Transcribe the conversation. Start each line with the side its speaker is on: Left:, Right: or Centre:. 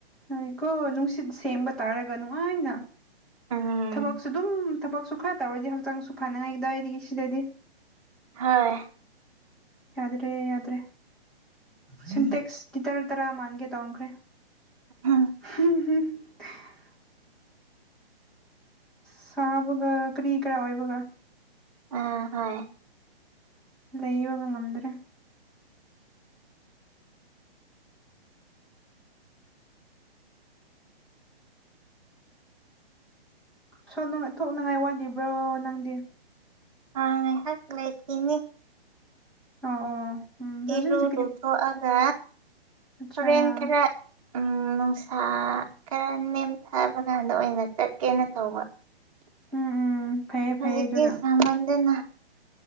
Centre: ꯍꯥꯏꯀꯣ ꯅꯨꯡꯁꯤꯠ ꯁꯦꯝꯕ ꯇꯥꯔꯒ ꯅꯨꯡꯉꯥꯏꯅ
Right: ꯎꯝ
Centre: ꯊꯕꯛꯁꯨ ꯑꯗꯨꯝ ꯊꯕꯛꯁꯨ ꯈꯔ ꯇꯧꯔꯗꯤ ꯍꯛꯆꯥꯡꯁꯨ ꯐꯅꯉꯥꯏꯗꯋꯥꯏꯗꯒꯤ ꯁꯤꯗꯗꯤ
Right: ꯍꯣꯏ
Centre: ꯌꯥꯗ꯭ꯔꯦ ꯌꯥ꯭ꯔꯦ ꯁꯤꯟꯇꯦꯛꯁꯇꯤ ꯇꯔ ꯇꯔꯥ ꯃꯥꯟꯒꯦ ꯇꯧꯔꯝꯈ꯭ꯔꯦ
Right: ꯎꯝ
Centre: <unintelligible> ꯁꯥꯕꯒ ꯀꯔꯤ ꯀꯥ ꯑꯣꯏꯏꯕꯒ
Right: ꯑꯥ ꯍꯣꯏ
Centre: ꯂꯩꯌꯨꯒꯥ ꯉꯝꯗ꯭ꯔꯦ ꯁꯣ ꯊꯣꯛꯅꯉꯥꯏ ꯋꯥꯂꯤꯕ꯭ꯔꯣ ꯅꯪꯗꯤ
Right: ꯑ ꯉꯥꯏꯍꯥꯛ ꯂꯩꯈꯤꯅꯤ
Centre: ꯑꯣ ꯑꯣ ꯎꯝ ꯍꯧꯖꯤꯛ
Right: ꯏꯔꯨ
Centre: ꯍꯧꯖꯤꯛꯀꯤꯗꯤ
Right: ꯂꯨꯊꯣꯛꯑꯒ
Centre: ꯑꯠꯆꯥ
Right: ꯍꯣꯔꯦꯟ ꯈꯔꯥ ꯎꯝ ꯅꯨꯡꯁꯥ ꯈꯔ ꯅꯦꯝꯊꯕ ꯀꯥꯟꯗ ꯑꯣꯏꯅ ꯆꯠꯀꯦꯅ ꯇꯧꯕ
Centre: ꯎꯝ ꯎꯝ ꯐꯩꯌꯦ ꯐꯩꯌꯦ
Right: ꯍꯧꯖꯤꯀꯤ
Centre: ꯑꯗꯨꯅ
Right: ꯁꯃꯟꯗꯅ